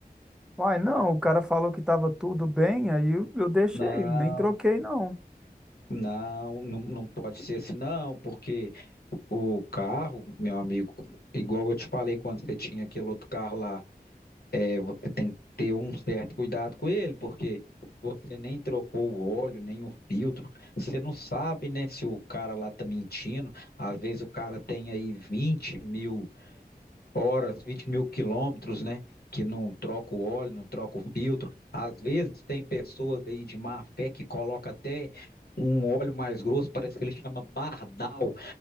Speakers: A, in the centre; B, on the left.
A: Uai, não, o cara falou que tava tudo bem, aí eu, eu deixei,
B: Não,
A: nem troquei não.
B: não, não, não pode ser assim, não, porque o carro, meu amigo, igual eu te falei quando você tinha aquele outro carro lá. é, você tem que ter um certo cuidado com ele, porque você nem trocou o óleo, nem o filtro, você não sabe, né, se o cara lá tá mentindo. Às vezes o cara tem aí vinte mil horas, 20 mil quilômetros, né, que não troca o óleo, não troca o filtro. Às vezes tem pessoas aí de má fé que coloca até um óleo mais grosso, parece que ele chama bardal,